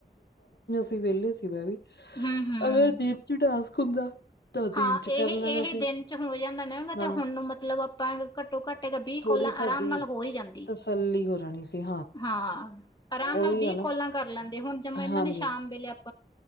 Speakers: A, on the left; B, on the left.
A: ਫਿਰ ਵਹਲੇ ਸੀ ਮੈਂ ਵੀ
B: ਹਮ ਹਮ
A: ਅਗਰ ਦਿਨ ਚ ਟਾਸਕ ਹੁੰਦਾ ਤਾਂ ਦਿਨ
B: ਹਾਂ
A: ਚ
B: ਇਹੀ
A: ਕਰ ਲੈਣਾ
B: ਇਹੀ
A: ਸੀ
B: ਦਿਨ ਚ ਹੋ ਜਾਂਦਾ ਨਾ
A: ਹਾਂ
B: ਤੇ ਹੁਣ ਮਤਲਬ ਆਪਾਂ ਘੱਟੋ ਘੱਟ ਵੀਹ
A: ਥੋੜ੍ਹੀ
B: ਕੋਲਾਂ
A: ਸਾਡੀ
B: ਆਰਾਮ ਨਾਲ ਹੋ ਹੀ ਜਾਂਦੀ।
A: ਤਸੱਲੀ ਹੋ ਜਾਣੀ ਸੀ
B: ਹਾਂ ਆਰਾਮ ਨਾਲ
A: ਉਹੀ
B: ਵੀਹ
A: ਆ ਨਾ
B: ਕੋਲਾਂ ਕਰ ਲੈਂਦੇ ਹੁਣ ਜਵੇ ਇਹਨਾਂ
A: ਹਾਂਜੀ
B: ਨੇ ਸ਼ਾਮ ਵੇਲੇ <unintelligible>